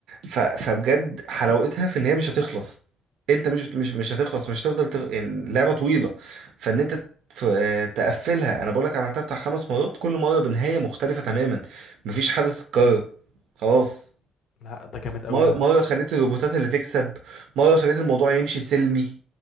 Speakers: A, on the right; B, on the left.
A: ف... فبجد حلاوتها في ان هي مش هتخلص انت مش مش مش هتخلص مش هتفضل تغ... يعني اللعبه طويله فان انت ف... تقفلها انا بقول لك عملتها بتاع خمس مرات كل مره بنهايه مختلفه تماما مفيش حدث اتكرر خلاص
B: لا ده جامد قوي
A: مره
B: ده
A: مره خليت الروبوتات اللي تكسب مره خليت الموضوع يمشي سلمي